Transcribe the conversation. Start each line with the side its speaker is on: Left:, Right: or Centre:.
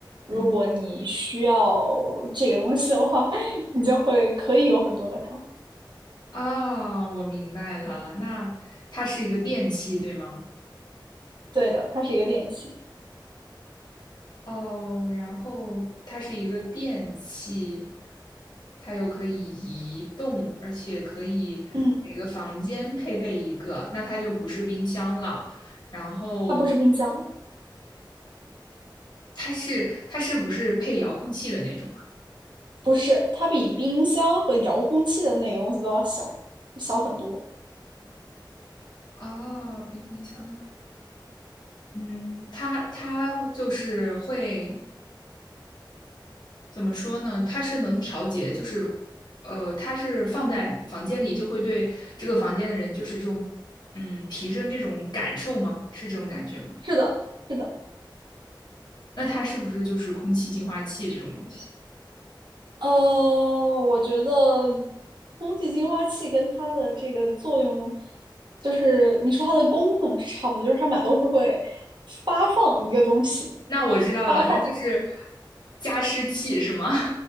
Right: 如果你需要
Left: 嗯，
Right: 这个东西的话，<laughs> 你就会可以有很多个它。
Left: 啊，我明白了，那它是一个电器，对吗？
Right: 对的，它是一个电器。
Left: 哦，然后它是一个电器，它又可以移动，而且可以每个房间配备一个，
Right: 嗯，
Left: 那它就不是冰箱了。然后
Right: 它不是冰箱，
Left: 它是它是不是配遥控器的那种
Right: 不是，它比冰箱和遥控器的那个东西都要小，小很多。
Left: 啊？哦，比冰箱啊，嗯，它它就是会。怎么说呢？它是能调节，就是呃，它是放在房间里，就会对这个房间的人，就是这种嗯，提升这种感受吗？是这种感觉吗？
Right: 是的，是的。
Left: 那它是不是就是空气净化器这种东西？
Right: 呃，我觉得空气净化器跟它的这个作用，就是你说它的功能是差不多，就是它们俩都是会发放一个东西，
Left: 那我知道了，
Right: 发放。
Left: 那就是加湿器是吗？